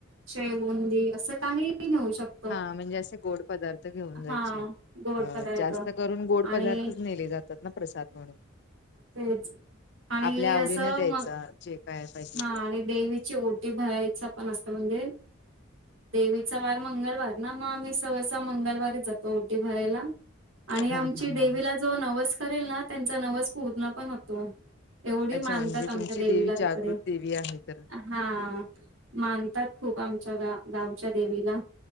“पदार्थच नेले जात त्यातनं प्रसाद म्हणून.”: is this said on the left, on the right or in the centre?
Left